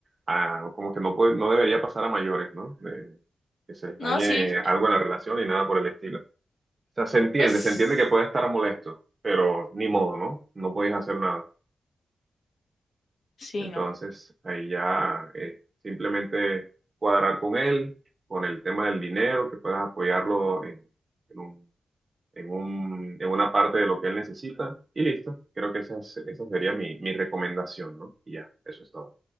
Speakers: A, on the right (about 40°); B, on the left (about 75°).
A: ah, como que no puede, no debería pasar a mayores, ¿no? De, que se les
B: No,
A: dañe
B: sí,
A: algo en la relación y nada por el estilo. O sea, se entiende,
B: pues
A: se entiende que puede estar molesto, pero ni modo, ¿no? No podías hacer nada.
B: sí,
A: Entonces,
B: no.
A: ahí ya eh, simplemente cuadrar con él, con el tema del dinero, que puedas apoyarlo en, en un en un, en una parte de lo que él necesita y listo. Creo que esa, es- esa sería mi, mi recomendación, ¿no? Y ya, eso es todo.